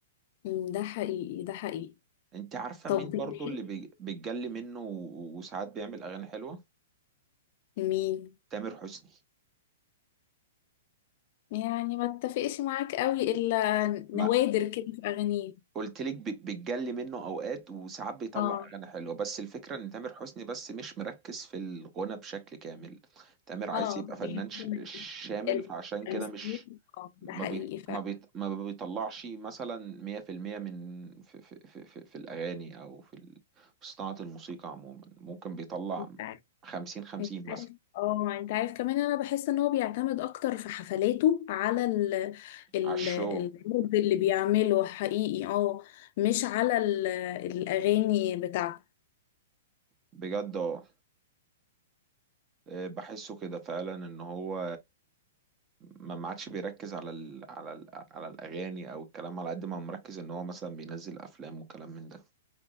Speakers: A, on the left; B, on the right.
A: أمم، ده حقيقي ده حقيقي
B: انت عارفة
A: طب
B: مين
A: بتحب
B: برضو اللي بي- بيتجلي منه و- وساعات بيعمل أغاني حلوة
A: مين
B: تامر حسني
A: يعني ما اتفقش معاك قوي الا
B: ما
A: نوادر كده في اغانيه
B: قلت لك ب- بتجلي منه اوقات وساعات بيطلع
A: اه
B: اغاني حلوه بس الفكره ان تامر حسني بس مش مركز في الغنى بشكل كامل تامر عايز
A: اه
B: يبقى فنان
A: يمكن
B: ش- شامل
A: التمثيل
B: فعشان كده مش
A: اه
B: ما
A: ده حقيقي
B: بي ما بي ما بيطلعش مثلا 100% من في في في في في الاغاني او في ال- في صناعه الموسيقى عموما ممكن بيطلع
A: فعلا
B: 50 50
A: انت
B: مثلا
A: عارف اه انت عارف كمان انا بحس ان هو بيعتمد اكتر في حفلاته على ال ال
B: على الشو
A: العرض اللي بيعمله حقيقي اه مش على ال الاغاني بتاعته
B: بجد اه بحسه كده فعلا ان هو ما ما عادش بيركز على ال على ال على الاغاني او الكلام على قد ما هو مركز ان هو مثلا بينزل افلام وكلام من ده